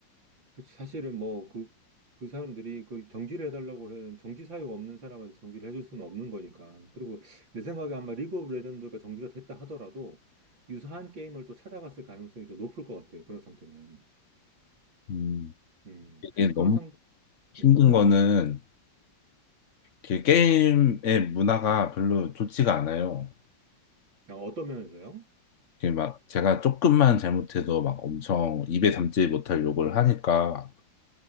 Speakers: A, on the right; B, on the left.
A: 그 사실은 뭐 그, 그 사람들이 그 정지를 해달라고 해는 정지 사유가 없는 사람한테 정지를 해줄 수는 없는 거니까. 그리고 내 생각에 아마 리그 오브 레전드가 정지가 됐다 하더라도 유사한 게임을 또 찾아갔을 가능성이 좀 높을 것 같아요, 그런 상태면.
B: 음,
A: 음,
B: 이게
A: 그런
B: 너무
A: 상,
B: 힘든
A: 음,
B: 거는 그 게임의 문화가 별로 좋지가 않아요.
A: 아, 어떤 면에서요?
B: 그게 막 제가 조금만 잘못해도 막 엄청 입에 담지 못할 욕을 하니까.